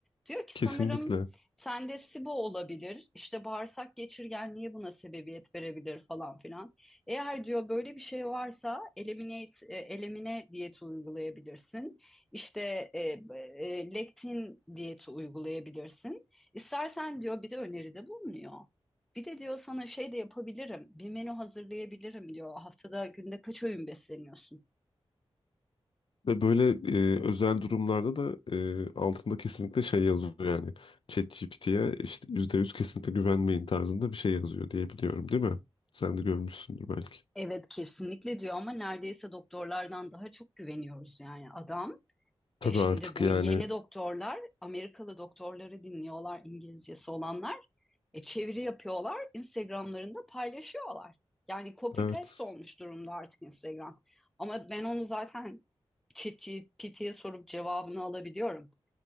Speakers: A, in the centre; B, on the left.
A: Diyor ki
B: kesinlikle.
A: sanırım sende SIBO olabilir işte bağırsak geçirgenliği buna sebebiyet verebilir falan filan. Eğer diyor böyle bir şey varsa eliminate, e, elimine diyeti uygulayabilirsin. İşte e, e, lektin diyeti uygulayabilirsin. İstersen diyor bir de öneride bulunuyor. Bir de diyor sana şey de yapabilirim. Bir menü hazırlayabilirim diyor. Haftada günde kaç öğün besleniyorsun?
B: Ve böyle e, özel durumlarda da e, altında kesinlikle şey yazıyor yani. ChatGPT'ye işte %100 kesinlikle güvenmeyin tarzında bir şey yazıyor diye biliyorum değil mi? Sen de görmüşsündür belki.
A: Evet kesinlikle diyor ama neredeyse doktorlardan daha çok güveniyoruz yani adam.
B: Tabii
A: E şimdi
B: artık
A: bu
B: yani
A: yeni doktorlar Amerikalı doktorları dinliyorlar İngilizcesi olanlar. E çeviri yapıyorlar Instagram'larında paylaşıyorlar. Yani copy
B: evet.
A: paste olmuş durumda artık Instagram. Ama ben onu zaten ChatGPT'ye sorup cevabını alabiliyorum.